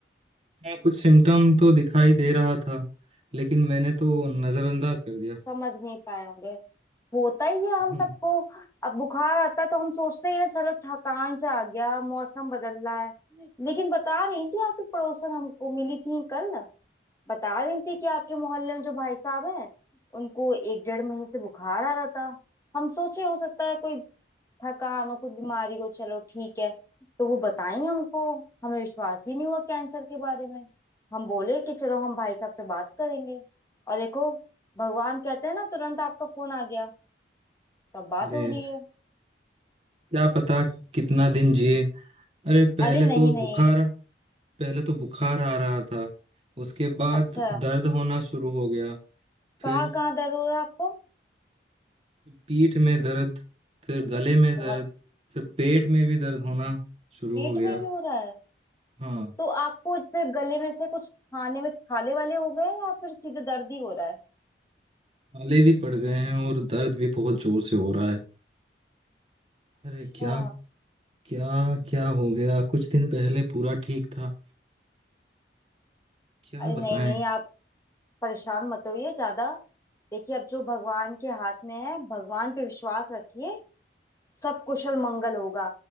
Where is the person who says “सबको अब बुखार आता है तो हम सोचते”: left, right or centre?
Left